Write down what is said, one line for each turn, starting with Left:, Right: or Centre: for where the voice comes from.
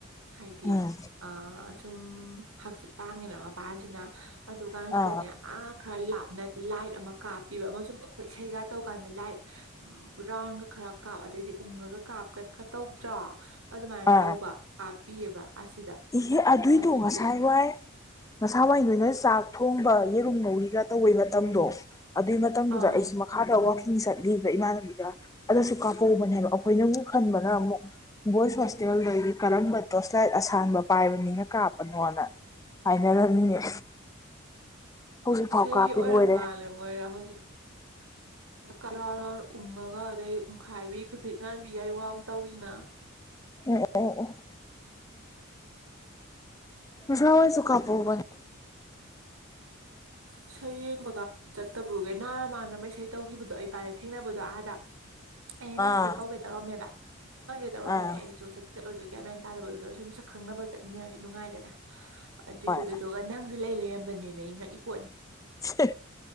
Right: ꯍꯥꯏꯗꯤ
Left: ꯑꯥ
Right: ꯑꯥ ꯁꯨꯝ ꯍꯥꯡꯆꯤꯛ ꯂꯥꯡꯉꯤꯅ ꯃꯄꯥꯟꯁꯤꯅ ꯑꯗꯨꯀꯥꯟꯁꯤꯗꯅꯦ
Left: ꯑꯥ
Right: ꯑꯥ ꯈꯔ ꯂꯥꯞꯅ ꯂꯥꯏꯠ ꯑꯃ ꯀꯥꯞꯄꯤꯕ ꯑꯃꯁꯨꯝ ꯑꯈꯣꯏ ꯏꯁꯩꯒ ꯇꯧꯀꯥꯟꯗ ꯂꯥꯏꯠ ꯎꯝ ꯔꯥꯎꯟꯒ ꯈꯔ ꯀꯥꯞ ꯑꯗꯩꯗꯤ ꯎꯪꯉꯒ ꯀꯥꯞꯀ ꯈꯔ ꯇꯧꯗ꯭ꯔꯣ ꯑꯗꯨꯃꯥꯏꯅ
Left: ꯑꯥ
Right: ꯇꯧꯕ ꯀꯥꯞꯄꯤꯑꯕ ꯑꯁꯤꯗ
Left: ꯏꯍꯦ ꯑꯗꯨꯏꯗꯣ
Right: ꯑꯁꯤꯁꯦ
Left: ꯉꯁꯥꯏ ꯋꯥꯏ ꯉꯁꯥꯋꯥꯏ ꯅꯣꯢꯅ ꯆꯥꯛ ꯊꯣꯡꯕ ꯌꯦꯔꯨꯝ ꯉꯧꯔꯤꯒ ꯇꯧꯕꯩ ꯃꯇꯝꯗꯣ ꯑꯗꯨꯏ ꯃꯇꯝꯗꯨꯗ
Right: ꯑꯥ
Left: ꯑꯩꯁꯨ ꯃꯛ ꯈꯥꯗ ꯋꯥꯀꯤꯡ ꯆꯠꯂꯤꯕ ꯏꯃꯥꯟꯅꯕꯤꯒ ꯑꯗꯁꯨ ꯀꯥꯄꯧꯕꯅꯦ ꯍꯥꯏꯕ ꯑꯈꯣꯏꯅꯃꯨꯛ ꯈꯟꯕꯅ ꯑꯃꯨꯛ ꯕꯣꯏꯁ ꯍꯣꯁꯇꯦꯜꯗꯒꯤ ꯀꯔꯝꯕ ꯇꯣꯁ ꯂꯥꯢꯠ ꯑꯁ ꯊꯥꯟꯕ ꯄꯥꯏꯕ ꯃꯤꯅ ꯀꯥꯞꯄꯅꯣꯅ ꯍꯥꯏꯅꯔꯝꯃꯤꯅꯦ ꯍꯧꯖꯤꯛꯐꯥꯎ
Right: ꯏꯁꯩ
Left: ꯀꯥꯞꯄꯤꯕ
Right: ꯑꯣꯏꯔ
Left: ꯑꯣꯏꯔꯦ
Right: ꯃꯥꯜꯂꯦꯞ ꯃꯣꯏꯔ ꯍꯧꯖꯤꯛ ꯀꯟꯅ ꯔꯥꯎꯟ ꯔꯥꯎꯟ ꯎꯪꯉꯒ ꯑꯗꯩ ꯎꯪꯈꯥꯏꯕꯤ ꯐꯤꯐꯤꯠ ꯉꯥꯟꯕꯤꯒꯥꯏ ꯋꯥꯝ ꯇꯧꯔꯤꯅ
Left: ꯑꯣ ꯑꯣ ꯑꯣ ꯉꯁꯥꯋꯥꯢꯁꯨ ꯀꯥꯞꯐꯧꯕꯅꯦ
Right: ꯏꯁꯩ ꯌꯦꯡꯕꯒ ꯆꯠꯇꯕꯒꯩ ꯅꯍꯥꯟ ꯃꯥꯟꯅꯕ ꯃ ꯏꯁꯩ ꯇꯧꯒꯤꯕꯗꯣ ꯑꯩ ꯕꯥꯏꯅꯤ ꯊꯦꯡꯅꯕꯗꯣ ꯑꯥꯗ ꯑꯩ ꯅꯪꯁꯦ
Left: ꯑꯥ
Right: ꯀꯧꯒꯦ ꯇꯧꯔꯝꯃꯦꯕ ꯍꯪꯒꯦ ꯇꯧꯔꯝꯕꯅꯦ
Left: ꯑꯥ
Right: ꯑꯩꯁꯨ ꯆꯠ ꯆꯠꯂꯣꯏꯗꯣꯏ ꯒ꯭ꯌꯥꯟ ꯃꯦꯟ ꯇꯥꯗꯕꯗꯨꯗ ꯁꯨꯝ ꯁꯛ ꯈꯪꯅꯕ ꯆꯠꯃꯤꯟꯅꯔꯗꯤ ꯅꯨꯡꯉꯥꯏꯗꯅ ꯑꯗꯨꯗꯨꯢꯒꯗꯣꯒ
Left: ꯍꯣꯏ
Right: ꯅꯪꯖꯦ ꯂꯩ ꯂꯩꯔꯝꯕꯅꯦꯃꯦ ꯑꯩ ꯉꯛꯏ ꯄꯣꯠꯅꯤ
Left: ꯁꯤ